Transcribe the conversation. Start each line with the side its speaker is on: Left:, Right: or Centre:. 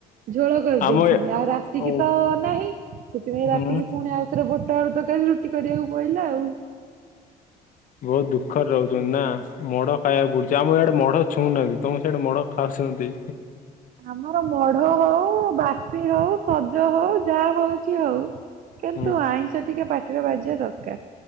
Right: ଝୋଳ କରିଦେଇଥିଲି
Left: ଆମ ଏ
Right: ଆଉ ରାତି ସେତିକି
Left: ଓ
Right: ତ ନାହିଁ ସେଥିପାଇଁ
Left: ହୁଁ
Right: ରାତିକି ପୁଣି ଆଉଥରେ ବୁଟ ଆଳୁ ତରକାରୀ ରୁଟି କରିବାକୁ ପଡିଲା ଆଉ।
Left: ବହୁତ ଦୁଃଖରେ ରହୁଛନ୍ତି ନା ମଢ ଖାଇବାକୁ ପଡୁଛି ଆମ ଇଆଡେ ମଢ ଛୁଉଁନାବି ତମ ସିଆଡେ ମଢ ଖାଉସନ୍ତି।
Right: ଆମର ମଢ ହଉ ବାସି ହଉ ସଜ ହଉ ଯାହା ହଉଛି ହଉ, କିନ୍ତୁ
Left: ହୁଁ
Right: ଆଇଁଷ ଟିକେ ପାଟିରେ ବାଜିବା ଦରକାର।